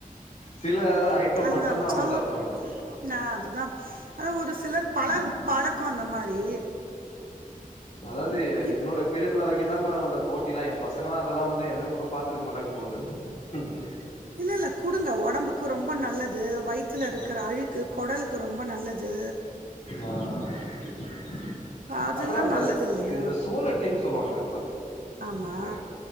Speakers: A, on the left; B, on the right.
A: சில ஐட்டம்
B: அதுதான்
A: மட்டுந்தா அவங்க
B: அது
A: சாப்டுவாங்க
B: ஒரு ஆ அதுதா அத ஒரு சிலர் பழ பழக்கம் அந்த மாரி
A: அதாவது
B: இப்
A: என்னோட பீரியட்ல வரைக்கும்தா மேடம் அந்த போட்டிலா பசங்களா அதெல்லா வந்து என்னன்னு கூட பாத்துருக்க மாட்டாங்கு போல இருக்குது
B: இல்ல இல்ல குடுங்க உடம்புக்கு ரொம்ப நல்லது வயித்துல இருக்கிற
A: ஆ
B: அழுக்கு குடலுக்கு ரொம்ப நல்ல து
A: ஆ புரிது புரிது
B: அதெல்லாம்
A: அப்புற அந்த
B: நல்லது இல்லையா?
A: இந்த சுவரட்டின்னு சொல்லுவாங்கள மேடம்
B: ஆமா
A: சரி